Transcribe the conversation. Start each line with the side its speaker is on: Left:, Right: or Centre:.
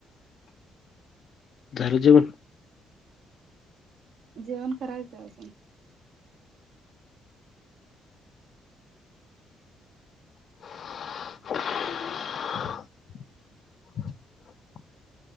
Left: झाल जेवन
Right: जेवण कराय <inaudible>
Left: <inaudible>